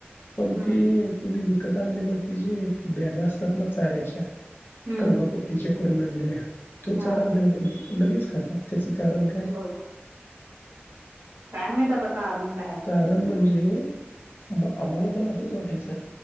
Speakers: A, on the left; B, on the right.
A: पण
B: हम्म
A: ते तुम्ही कत आणलेलं ति जी बॅग असतात ना चाऱ्याच्या,
B: हम्म
A: कडवा
B: हम्म.
A: कुट्टीच्या करून आणलेल्या, तो
B: हा
A: चारा गणगर लगेच खाता त्याचं कारण काय?
B: बघ काय माहित आता कारण काय!
A: कारण म्हणजे आम्हाला पण असंच वाटायचं.